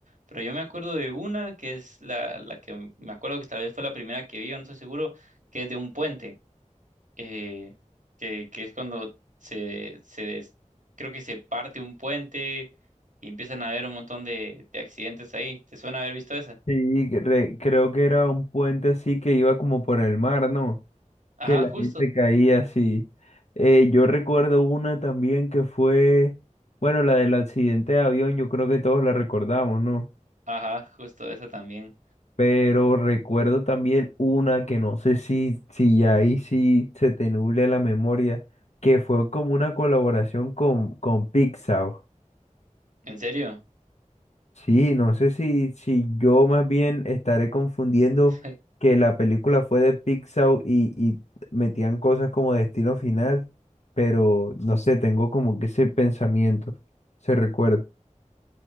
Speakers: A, on the right; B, on the left.
A: pero yo me acuerdo de una que es la, la que me acuerdo que tal vez fue la primera que vi, o no estoy seguro, que es de un puente. eh, que, que es cuando se, se des- creo que se parte un puente y empiezan a haber un montón de, de accidentes ahí. ¿Te suena haber visto esa?
B: Sí, cre- creo que era un puente así que iba como por el mar, ¿no?
A: Ajá,
B: Que la
A: justo.
B: gente caía así. Eh, yo recuerdo una también que fue, bueno, la del accidente de avión, yo creo que todos la recordamos, ¿no?
A: Ajá, justo esa también.
B: Pero recuerdo también una que no sé si, si ya ahí sí se te nubla la memoria, que fue como una colaboración con, con Pixar.
A: ¿En serio?
B: Sí, no sé si, si yo más bien estaré confundiendo
A: <laughs>
B: que la película fue de Pixar y, y metían cosas como Destino Final, pero no sé, tengo como que ese pensamiento, se recuerda.